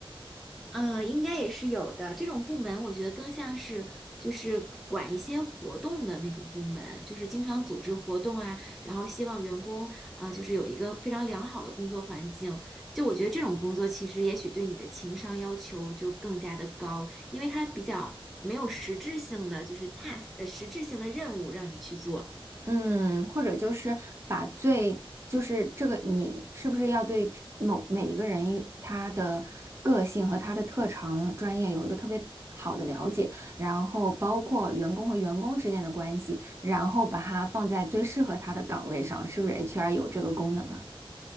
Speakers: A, in the centre; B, on the right (about 25°).
A: 呃，应该也是有的。这种部门，我觉得更像是就是管一些活动的那种部门，就是经常组织活动啊，然后希望员工啊，呃就是有一个非常良好的工作环境。就我觉得这种工作其实也许对你的情商要求就更加的高，因为它比较没有实质性的就是 task，呃，实质性的任务让你去做。
B: <laughs> 嗯，或者就是把最，就是这个你是不是要对某每一个人有他的个性和他的特长、专业有一个特别好的了解，然后包括员工和员工之间的关系，然后把它放在最适合他的岗位上，是不是 HR 有这个功能啊？